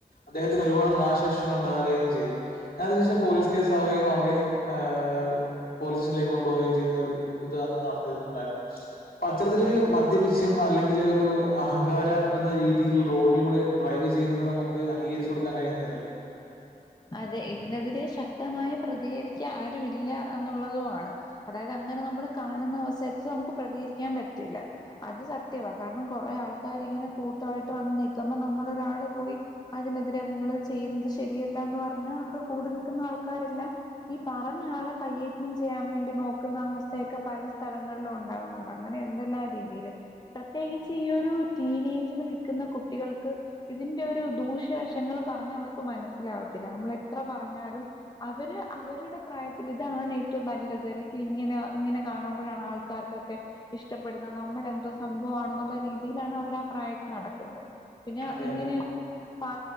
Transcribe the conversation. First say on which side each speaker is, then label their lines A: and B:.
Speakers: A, on the left; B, on the left.
A: അദ്ദേഹത്തിന് ഒരുപാട് നാശനഷ്ടങ്ങൾ ഉണ്ടാവുകയും ചെയ്തു ഞാ അതിന് ശേഷം പോലീസ് കേസാവുകയും അവരെ ആഹ് പോലീസ് സ്റ്റേഷനിലേക്ക് കൊണ്ടോവുകയും ചെയ്യുന്ന ഒരു ഇതാന്ന് നടന്നിരുന്നുണ്ടായിരുന്നു അപ്പം അത്തരത്തില് മദ്യപിച്ച് അല്ലെങ്കില് ഒരു അഹങ്കാര എന്ന രീതിയില് റോഡിൽ കൂടെ ഡ്രൈവ് ചെയ്യുന്നത് നമുക്ക് അംഗീകരിച്ചു കൊടുക്കാൻ കഴിയുന്നതല്ല
B: അതെ ഇതിനെതിരെ ശക്തമായി പ്രതികരിക്കാ ആരും ഇല്ല എന്നുള്ളതുമാണ് അതായത് അങ്ങനെ നമ്മൾ കാണുന്ന അവസരത്തിൽ നമുക്ക് പ്രതികരിക്കാൻ പറ്റൂല്ല അത് സത്യവാ കാരണം കുറെ ആൾക്കാര് ഇങ്ങനെ കൂട്ടവായിട്ട് വന്ന് നിക്കുമ്പോ നമ്മള് ഒരാള് പോയി അതിനെതിരെ നിങ്ങള് ചെയ്യുന്നത് ശരിയ ന്ന് പറഞ്ഞ് അവിടെ കൂടി നിക്കുന്ന ആൾക്കാരെല്ലാം ഈ പറഞ്ഞ ആളെ കയ്യേറ്റം ചെയ്യാൻ വേണ്ടി നോക്കുന്ന അവസ്ഥയൊക്കെ പല സ്ഥലങ്ങളിലും ഉണ്ടാകുന്നുണ്ട് അങ്ങനെ എന്തെല്ലാം രീതിയില് പ്രത്യേകിച്ച് ഈ ഒരു ടീനേജില് നിക്കുന്ന കുട്ടികൾക്ക് ഇതിന്റെ ഒരു ദൂഷ്യവശങ്ങൾ പറഞ്ഞ് അവർക്ക് മനസ് മനസ്സിലാവത്തില്ല നമ്മള് എത്ര പറഞ്ഞാലും അവര് അവരുടെ പ്രായത്തിൽ ഇതാണ് ഏറ്റവും നല്ലത് അല്ലെങ്കി ഇങ്ങന ഇങ്ങനെ കാണുമ്പോഴാണ് ആൾക്കാർക്കൊക്കെ ഇഷ്ടപ്പെടുന്നത് നമ്മൾ എന്തോ സംഭവാണെന്നുള്ള രീതിയിലാണ് അവർ ആഹ് പ്രായത്ത് നടക്കുന്നത് പിന്നെ
A: അതെ,
B: ഇങ്ങനെയൊരു
A: അതെ.
B: പാ